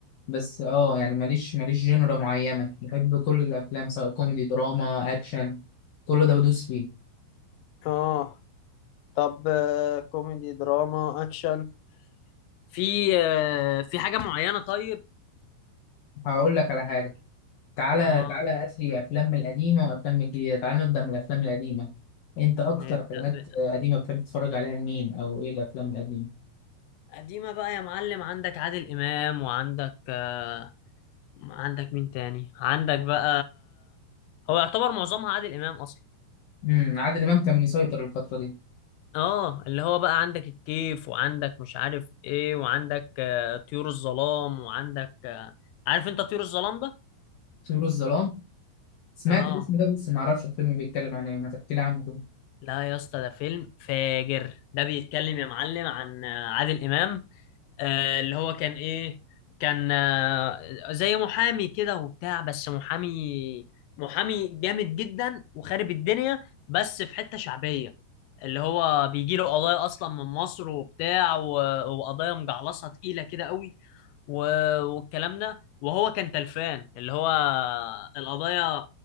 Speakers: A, on the left; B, on the left.
A: بس اه يعني ماليش ماليش جنرا معينه بحب كل الافلام سواء كوميدي دراما اكشن كل ده بدوس فيه
B: اه طب آه، كوميدي دراما اكشن في آه، في حاجة معينة طيب؟
A: هقول لك على حاجه تعالى
B: اه
A: تعالى أثري أفلام القديمة وأفلام الجديدة تعالى نبدأ من الأفلام القديمة أنت أكتر
B: نبدأ
A: حاجات
B: ب-
A: قديمة بتحب تتفرج عليها لمين أو إيه الأفلام القديمة؟
B: قديمة بقى يا معلم عندك عادل إمام وعندك آه، عندك مين تاني؟ عندك بقى هو يعتبر معظمها عادل إمام أصلا
A: امم عادل إمام كان مسيطر الفترة دي
B: اه اللي هو بقى عندك الكيف وعندك مش عارف ايه وعندك آه، طيور الظلام وعندك آه، عارف انت طيور الظلام ده
A: طيور الظلام سمعت
B: اه
A: الاسم ده بس معرفش الفيلم بيتكلم عن إيه ما تحكي لي عنه كده
B: لا يا اسطى ده فيلم فاجر ده بيتكلم يا معلم عن آه، عادل امام آه، اللي هو كان ايه كان آه، زي محامي كده وبتاع بس محامي محامي جامد جدا وخارب الدنيا بس في حتة شعبية اللي هو بيجي له قضايا اصلا من مصر وبتاع و- وقضايا مجعلصة تقيلة كده قوي و- والكلام ده وهو كان تلفان اللي هو القضايا